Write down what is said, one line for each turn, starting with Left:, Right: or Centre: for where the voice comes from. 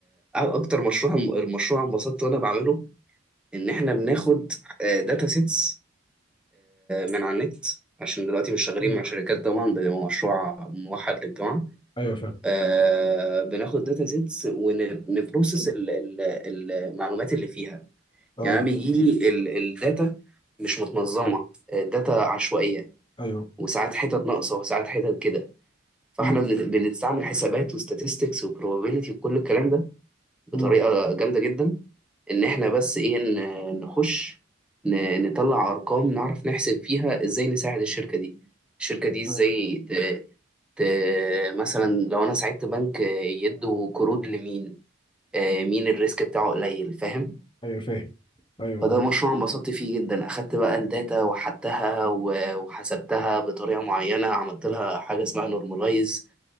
Centre: اكتر مشروع المشروع انبسطت وانا بعمله ان احنا بناخد داتا سيتس من على النت عشان دلوقتي مش شغالين
Left: مم.
Centre: مع شركات طبعا بيبقى مشروع موحد للجامعه
Left: ايوه فاهم
Centre: آه، بناخد داتا سيتس ونبروسس المعلومات اللي فيها
Left: اه
Centre: يعني انا بيجي لي الداتا مش متنظمه آه، داتا عشوائيه
Left: ايوه
Centre: وساعات حتت ناقصه وساعات حتت كده فاحنا
Left: مم.
Centre: بن- بنستعمل حسابات وستاتستكس وبروبابيليتي وكل الكلام ده
Left: مم.
Centre: بطريقه جامده جدا ان احنا بس ايه ن- نخش ن- نطلع ارقام نعرف نحسب فيها ازاي نساعد الشركه دي الشركه دي ازاي
Left: ايوه
Centre: ت... ت... مثلا لو انا ساعدت بنك يدوا قروض لمين آه، مين الريسك بتاعه قليل فاهم
Left: ايوه فاهم ايوه
Centre: فده مشروع انبسطت فيه جدا اخدت بقى الداتا وحدتها و- وحسبتها بطريقه معينه عملت
Left: مم.
Centre: لها حاجه اسمها نورماليز